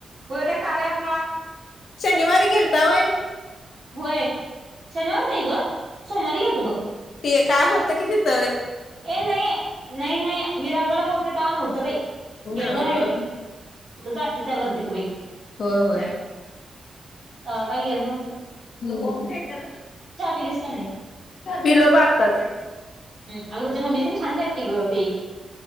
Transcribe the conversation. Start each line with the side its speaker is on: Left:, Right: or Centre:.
Right: उगचं ते कार्य अँप मुळ
Left: शनिवारी गेलता व्हय?
Right: व्हय.. शनिवार नाही ग? सोमवारी गेलतो बघ.
Left: ते काय.. होत की तिथ?
Right: ये. नाही. नाही. नाही. मी रालवाडा बोलते. तेव्हा नव्हतं बाई?
Left: नव्हतं
Right: गेलो नाही आम्ही..
Left: का?
Right: कुठे जातीस त्या गर्दीत? बाई
Left: हो.. होय.
Right: का.. काई येल नव्हत?
Left: होम थेटर
Right: पिलीस का नाहीस
Left: <unintelligible>
Right: अग.. तिची मम्मी पण छान करती ग ती